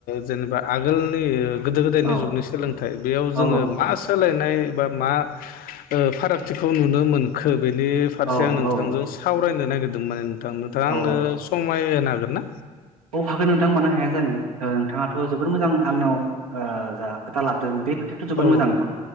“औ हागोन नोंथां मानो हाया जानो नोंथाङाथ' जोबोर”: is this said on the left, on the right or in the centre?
Right